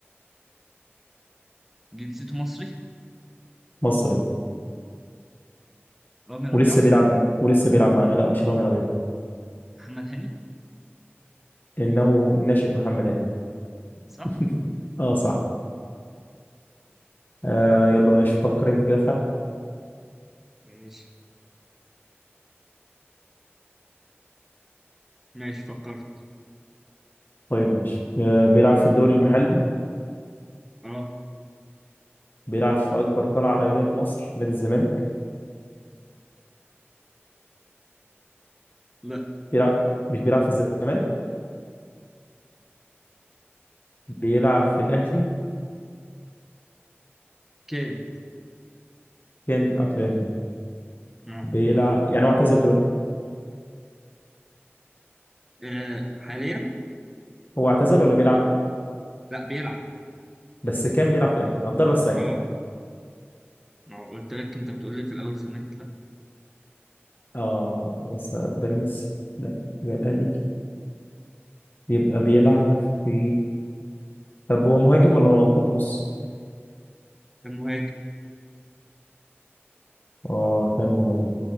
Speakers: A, in the centre; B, on the left.
A: جنسيته مصري
B: مصري
A: رامي ربيعة
B: ولسه بيلعب ولسه بيلعب معانا لا مش رامي ربيعة
A: محمد هاني
B: انه الناشئ محمد هاني
A: صح؟
B: <laughs> اه صح آه يلا بقى شوف فكر انت كده في حد
A: ماشي ماشي فكرت
B: طيب ماشي آه بيلعب في الدوري المحلي
A: اه
B: بيلعب في اكبر قلعه رياضيه في مصر نادي الزمالك
A: لا
B: بيلعب مش بيلعب في الزمالك بيلعب في الاهلي
A: كان
B: كان بيلعب في الاهلي
A: اه
B: بيلعب يعني هو اعتزل دلوقتي
A: آه، حاليا
B: هو اعتزل ولا بيلعب
A: لا بيلعب
B: بس كان بيلعب في الاهلي عبد الله السعيد
A: اه ما هو قلت لك انت بتقول لي في الأول زمالك لا
B: اه بس بيراميدز لا يبقى الاهلي يبقى بيلعب في طب هو مهاجم ولا خط نص
A: كان مهاجم
B: اه كان مهاجم